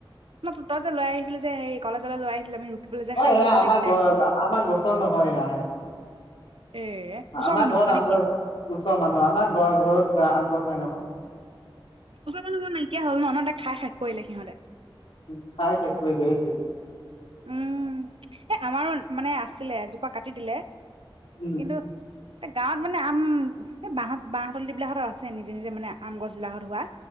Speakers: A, on the right (about 70°); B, on the left (about 70°).
A: ন তই যে লৈ আহিছিলি যে সেৰি কলেজলৈ লৈ আহিছিলে, আমি ৰুকিবলৈ যে
B: অ'
A: খাইছিলো
B: সেয়া
A: গোটেই
B: আমাৰ
A: কেইটাই
B: ঘ আমাৰ গছৰ নহয় সেয়া স',
A: এ ওচৰৰ
B: আমাৰ
A: মানুহ
B: ঘৰত
A: ঘৰ
B: আম
A: নেকি
B: গছ, ওচৰৰ মানুহ আমাৰ ঘৰত যোৱা আম গছাই নহয়।
A: ওচৰ মানুহ ঘৰ নাইকিয়া হ'ল, নহয়টা খাই খেশ কৰিলে সিহঁতে।
B: উম খাই হেক কৰিলে হেতো'এ
A: উম, এ' আমাৰো মানে আছিলে, এজোপা কাটি দিলে।
B: উম <unintelligible>
A: কিন্তু এ গাঁৱত মানে আম, এই বাঁহত বাঁহতল বিলাকত আছে নিজে নিজে মানে আম গছ বিলাকত হোৱা